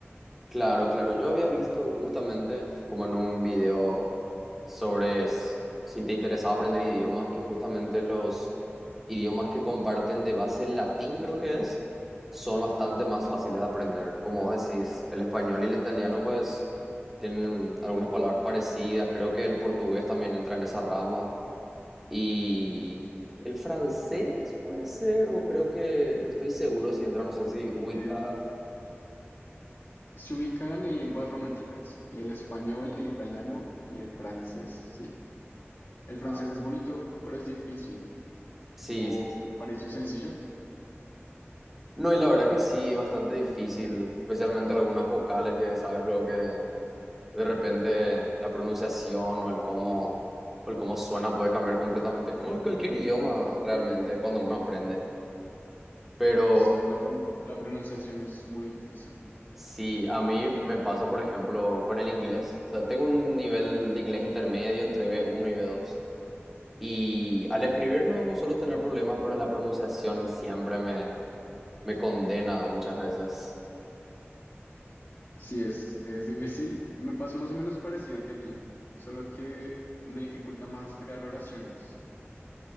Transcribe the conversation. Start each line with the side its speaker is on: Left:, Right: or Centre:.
Centre: Claro, claro. Yo había visto justamente como en un video sobre s- si te interesaba aprender idiomas, que justamente los idiomas que comparten de base latín, creo que es, son bastante más fáciles de aprender. Como vos decís, el español y el italiano pues tienen algunas palabras parecidas. Creo que el portugués también entra en esa rama. Y el francés puede ser, o creo que, no estoy seguro si entra, no sé si ubica.
Left: Eh, se ubican en lenguas románticas, el español, el italiano y el francés, sí. El francés
Centre: ah,
Left: es bonito, pero es difícil,
Centre: Sí,
Left: o
Centre: sí, sí.
Left: parece sencillo.
Centre: No, y la verdad que sí, bastante difícil, especialmente algunas vocales que sabes luego que de repente la pronunciación o el cómo, o el cómo suena puede cambiar completamente, como en cualquier idioma realmente cuando uno aprende. Pero
Left: Sí, la, pron- la pronunciación es muy difícil.
Centre: sí, a mí me pasa, por ejemplo, con el inglés. O sea, tengo un nivel de inglés intermedio entre B1 y B2. Y al escribir no, no suelo tener problemas, pero la pronunciación siempre me, me condena muchas veces.
Left: Sí, es, es difícil. Me pasa más o menos parecido que a ti, solo que me dificulta más crear oraciones.